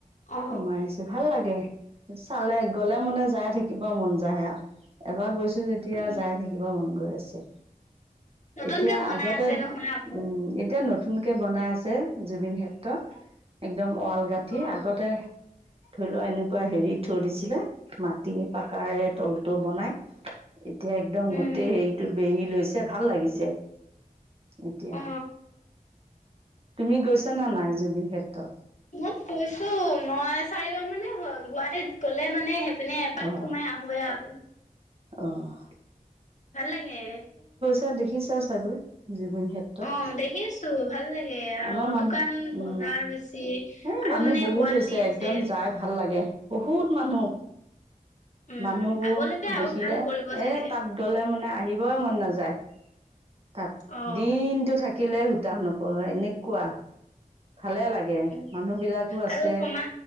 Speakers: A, on the left (about 55°); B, on the right (about 40°).
A: অ
B: সোমাই আহিছোঁ ভাল লাগে। চালে, গ'লে মানে যায় থাকিব মন যায় আৰু, এবাৰ গৈছোঁ যে তিয়া
A: উম
B: যায় থাকিব গৈ আছে।
A: নতুনকে
B: এতিয়া
A: বনাই
B: আগতে
A: আছে নহয় আকৌ
B: উম, এতিয়া ন নতুনকে বনাই আছে, জুবিন ক্ষেত্ৰ এক একদম ৱাল গাঁঠি,
A: অ
B: আগতে ধৰি লওঁ এনেকুৱা হেৰিত থৈ দিছিলে, মাটি পকাৰে তলটো বনাই এতিয়া একদম
A: উম।
B: গোটেই হেৰিটো বেৰি লৈছ ভাল লাগিছে। এতিয়া
A: অ
B: তুমি গৈছা না নাই জুবিন ক্ষেত্ৰ?
A: মই গৈছো, মই চাৰিবাৰ মানে গুৱাহাটীত গ'লে মানে পিনে এপাক
B: অ
A: সোমাই আহোৱে আৰু।
B: অ'।
A: ভাল লাগে।
B: া দেখিছা চাগৈ। জুবিন ক্ষেত্ৰ।
A: অ দেখিছো ভাল লাগে আৰু
B: আমাৰ মানুহ
A: দোকান
B: উম
A: বজাৰ বেছি,
B: এ
A: আৰু
B: মানুহ
A: মানে
B: বহুত
A: ৱাল
B: হৈছে
A: দি আছে।
B: একদম যাই ভাল লাগে বহুত মানুহ।
A: উম
B: মানুহবোৰ
A: আগলৈকে
B: দেখিলে
A: আৰু ভাল কৰিব চাগে
B: এ তাত গলে মানে আহিবই মন নাযায়। তাত
A: অ
B: দিনতটো থাক থাকিলে সূতা নপলাই এনে কোৱা। ভালে লাগে,
A: উম
B: মানুহ বিলাকো আছে,
A: আৰু সমা